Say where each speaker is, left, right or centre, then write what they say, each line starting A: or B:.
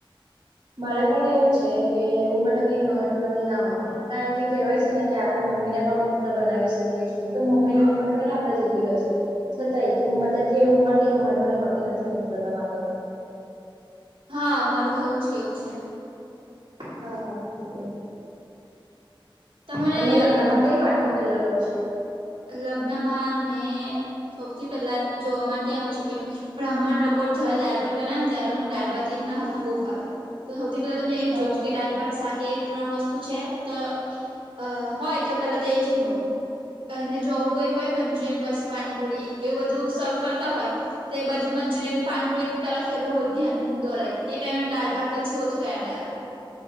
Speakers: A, on the right; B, on the right.
A: મારે પણ એવું છે કે ઉમટી મહત્વની ના હોય કારણ કે કહેવાય છે ને કે આપડે મમ્મીને પણ મિત્ર બનાવી શકીએ છીએ. તો મમ્મીની
B: હા
A: ઉંમર <unintelligible> આપણે જેટલી હોય છે છતાંય કે મતલબ કે ઉંમર કંઈ મહવાની હોતી નથી મિત્રતા માટે.
B: હા હેવુ જ કેવું છે
A: હા, હા એટલે.
B: તમારે
A: તમે લગ્ન માં કઈ વાનગી પેલા લો છો?
B: લગ્નમાં મેં સૌથી પહેલાં જોવા માટે આવ્યું છે કેમ બ્રાહ્મણ લોકો જયારે દાળ ભાટ બનાવે ને ત્યારે મને દાળ ભાટ એમના હાથનો બહુ ભાવે. તો સૌથી પહેલાં એ જ
A: હા
B: જોઉ
A: હા
B: છું કે દાળ ભાત સાથે એ ત્રણ વસ્તુ છે, તો અ હોય તો પેલા તો એજ હું લઉ પેહલે જો એવું કઈ હોઈ મંચુરિયન પછી પાણીપુરી એવું બધું સર્વ કરતા હોય તો એ બાજુ મંચુરિયન પાણીપુરી તરફેલું ધ્યાન દોરાય તે ટાઈમે દાળભાટ પછી ઓછો યાદ આવે